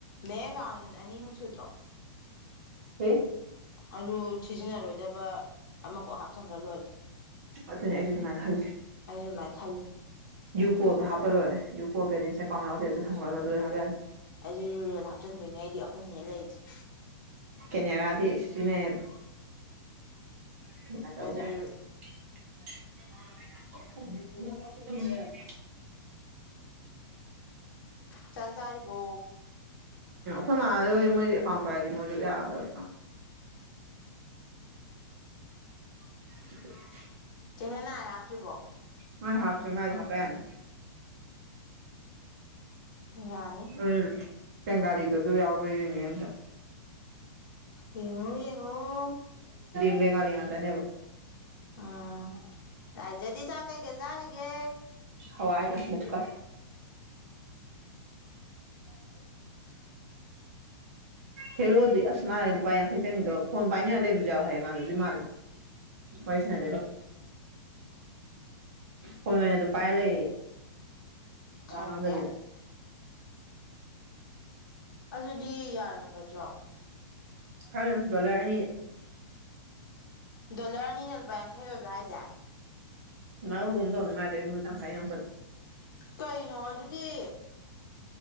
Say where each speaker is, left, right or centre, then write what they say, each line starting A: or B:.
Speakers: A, on the left (about 50°); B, on the right (about 35°).
A: ꯃꯦꯒ ꯑꯅꯤꯍꯨꯝ ꯁꯨꯗ꯭ꯔꯣ
B: ꯍ
A: ꯑꯗꯨ ꯁꯤꯖꯤꯟꯅꯔꯣꯏꯗꯕ ꯑꯃ ꯀꯥꯎ ꯍꯥꯞꯆꯟꯈ꯭ꯔ ꯂꯣꯏꯔꯦ
B: ꯑꯗꯨꯅꯤ ꯑꯩꯁꯨ ꯑꯗꯨꯃꯥꯏꯅ ꯈ
A: ꯑꯩꯁꯨ ꯑꯗꯨꯃꯥꯏꯅ ꯈꯜꯂꯤ
B: ꯌꯨꯀꯣꯗ ꯍꯥꯞꯄ ꯂꯣꯏꯔꯦ ꯌꯨꯀꯣ ꯕꯦꯂꯦꯟꯁ ꯑꯦꯀꯥꯎꯟ ꯌꯥꯎꯗꯦ ꯑꯗꯨ ꯊꯝꯃꯒ ꯑꯗꯨꯣꯏꯔꯦ ꯍꯥꯞ ꯌꯥꯛꯅꯤ
A: ꯑꯩꯁ ꯔꯨꯔꯦꯜ ꯍꯥꯞꯆꯤꯟꯗꯣꯏꯅꯦ ꯑꯩꯗꯤ ꯑꯍꯨꯝꯅꯦ ꯂꯩꯔꯤꯁꯦ
B: ꯀꯦꯅꯦꯔꯥꯗꯤ ꯁꯤꯖꯤꯟꯅꯩꯌꯦꯕ ꯁꯃꯥꯏꯅ ꯇꯧꯈꯦ
A: ꯑꯩꯁꯨ
B: <unintelligible>
A: ꯆꯠꯖꯔꯔꯤꯕꯣ
B: ꯊꯣꯏ ꯃꯥꯔꯣꯏ ꯃꯣꯏꯗꯤ ꯑꯦꯀꯥꯎꯝ ꯄꯔꯗꯤ ꯃꯣꯏꯁꯨ ꯌꯥꯒꯗꯧ <unintelligible>
A: ꯀꯦꯍꯦꯟꯅ ꯍꯥꯞꯇ꯭ꯔꯤꯕꯣ
B: ꯍꯣꯏ ꯍꯥꯞꯆ ꯍꯅ ꯍꯥꯄꯦꯅꯤ
A: ꯌꯥꯅꯤ
B: ꯎꯝ ꯕꯦꯡꯒꯥꯂꯤꯗ ꯑꯗꯨ ꯌꯥꯎꯋ ꯑꯣꯏꯌꯦꯅꯤ ꯑꯝꯇ
A: ꯌꯦꯡꯉꯣ ꯌꯦꯡꯉꯣ
B: ꯃꯦꯘꯥꯂꯌꯥ ꯇꯅꯦꯕꯣ
A: ꯎꯝ ꯂꯏꯖꯗꯤ ꯆꯥꯛ ꯀꯩꯒꯦ ꯆꯥꯔꯤꯒꯦ
B: ꯍꯋꯥꯏꯗ ꯃꯨꯀꯥ
A: <inaudible>
B: ꯍꯦꯔꯣꯑꯣꯗꯤ ꯑꯁ ꯃꯥꯦ ꯂꯨꯄꯥ ꯌꯥꯡꯈꯩ ꯆꯪꯅꯤꯗꯣ ꯐꯣꯟ ꯄꯥꯏꯅꯔ ꯂꯩꯕꯁꯨ ꯌꯥꯎ ꯍꯥꯏꯌꯦ ꯃꯥꯜꯂ ꯑꯗꯨꯏ ꯃꯥꯜꯂꯦ ꯑꯣꯏꯁ ꯅ ꯀꯣꯟ ꯃꯅꯦ ꯑꯗꯨ ꯄꯥꯏ ꯂꯩ ꯀꯉꯗꯕꯤꯗ
A: ꯈꯪꯗꯦ ꯑꯗꯨꯗꯤ ꯌꯥꯔꯝꯒꯗ꯭ꯔꯣ
B: ꯀꯔ ꯆꯂ ꯑ
A: ꯗꯣꯂꯔ ꯑꯅꯤꯅ ꯂꯨꯄꯥ ꯌꯥꯡꯈꯩ ꯑꯣꯏꯕ꯭ꯔꯥ ꯍꯥꯏꯁꯦ
B: ꯃꯥ ꯍꯒꯝꯗꯧꯅ ꯃꯥꯔꯦ ꯐ ꯌꯥꯝ
A: ꯀꯩꯅꯣ ꯑꯗꯨꯗꯤ